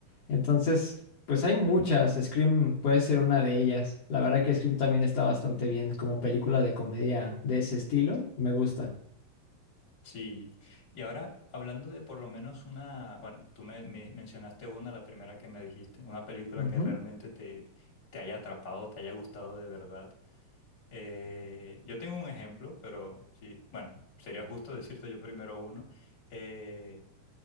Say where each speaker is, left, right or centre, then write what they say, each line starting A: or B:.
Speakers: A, on the left (about 75°); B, on the left (about 35°).
A: Entonces, pues hay muchas, Scream puede ser una de ellas. La verdad que Scream también está bastante bien como película de comedia de ese estilo, me gusta.
B: Sí. Y ahora, hablando de por lo menos una, bueno, tú me, me mencionaste una, la primera que me dijiste, una película
A: Ujú.
B: que realmente te, te haya atrapado, te haya gustado de verdad. Eh, yo tengo un ejemplo, pero sí, bueno, sería justo decirte yo primero uno. Eh,